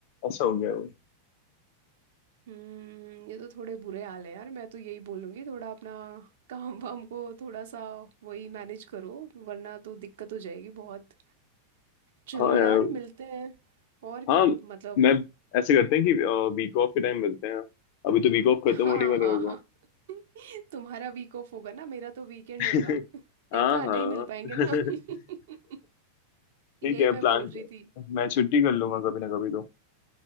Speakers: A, on the left; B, on the right.
A: ऐसा हो गया वो
B: हम्म ये तो थोड़े बुरे हाल है यार मैं तो यही बोलूँगी थोड़ा अपना काम वाम को थोड़ा सा वही मैनेज करो वरना तो दिक्कत हो जाएगी बहुत चलो
A: हाँ
B: यार
A: यार
B: मिलते हैं और
A: हाँ
B: क्या मतलब
A: मैं ऐसे करते हैं कि वीक ऑफ के टाइम मिलते हैं अभी तो वीक ऑफ खत्म
B: हाँ
A: होने वाला
B: हाँ
A: होगा
B: हाँ <laughs> तुम्हारा वीक ऑफ होगा ना मेरा तो वीकेंड
A: <laughs>
B: होगा <laughs>
A: हाँ
B: देखा
A: हाँ
B: नहीं मिल पाएंगे
A: <laughs>
B: ना <laughs>
A: ठीक
B: यही
A: है
B: मैं
A: प्लान
B: बोल रही थी
A: मैं छुट्टी कर लूंगा कभी ना कभी तो